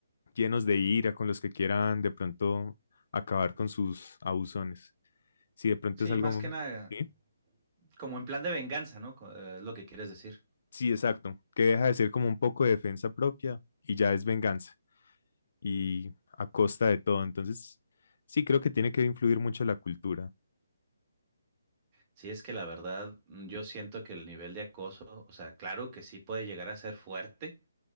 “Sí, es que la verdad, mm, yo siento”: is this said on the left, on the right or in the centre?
Right